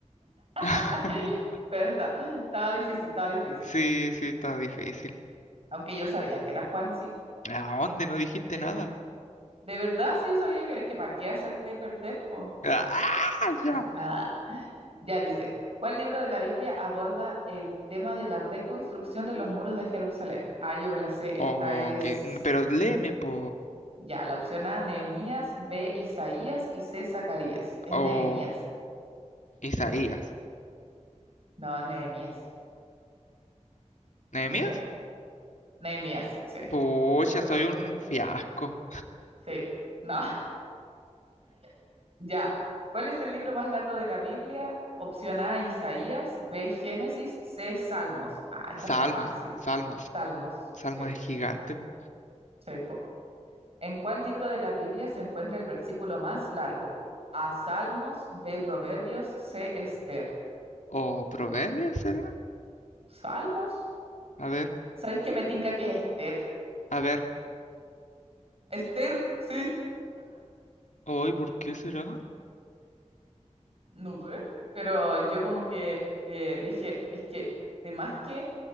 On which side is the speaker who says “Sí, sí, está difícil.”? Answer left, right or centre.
Left